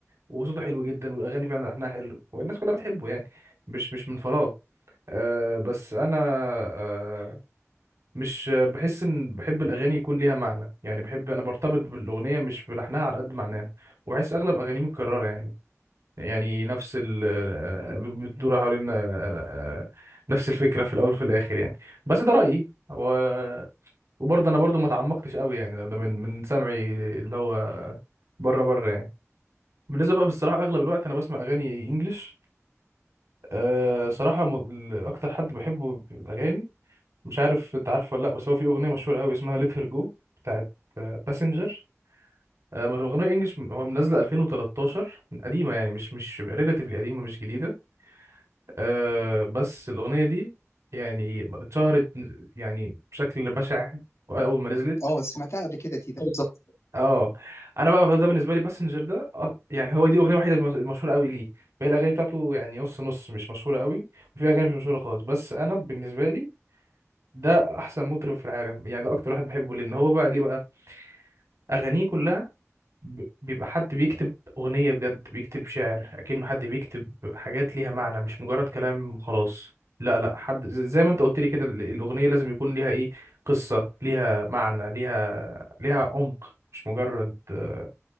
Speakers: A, on the right; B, on the left.
A: وصوته حلو جدا والاغاني فعلا لحنها حلو والناس كلها بتحبه يعني مش مش من فراغ آه بس انا آه مش بحس ان بحب الاغاني يكون ليها معنى يعني بحب انا برتبط بالاغنيه مش بلحنها على قد معناها وبحس اغلب اغانيه متكرره يعني يعني نفس ال آه، آه، بتدور حوالين آه، آه، نفس الفكره في الاول وفي الاخر يعني بس ده رايي هو وبرضه انا برضه ما تعمقتش قوي يعني ده ده من من سمعي اللي هو بره بره يعني بالنسبه بقى بصراحه اغلب الوقت انا بسمع اغاني انجلش أه صراحة م... ال- أكتر حد بحبه في الأغاني مش عارف أنت عارفه ولا لأ بس هو في أغنية مشهورة أوي اسمها Let Her Go بتاعت باسنجر أه ما هو أغنية إنجلش هو منزلة 2013 قديمة يعني مش مش ريلاتيفلي قديمة مش جديدة أه بس الأغنية دي يعني اتشهرت يعني بشكل بشع أول ما نزلت
B: اه سمعتها قبل كده تيتا بالظبط
A: اه انا بقى ده بالنسبه لي باسنجر ده أك- يعني هو دي اغنيه وحيده المشهوره قوي ليه باقي الاغاني بتاعته يعني نص نص مش مشهوره قوي وفي اغاني مش مشهوره خالص بس انا بالنسبه لي ده احسن مطرب في العالم يعني ده اكتر واحد بحبه لان هو بقى ليه بقى اغانيه كلها ب- بيبقى حد بيكتب أغنية بجد بيكتب شعر أكنه حد بيكتب حاجات ليها معنى مش مجرد كلام وخلاص لا لا حد ز- زي ما انت قلت لي كده ال- الأغنية لازم يكون ليها ايه قصة ليها معنى ليها ليها عمق مش مجرد آه،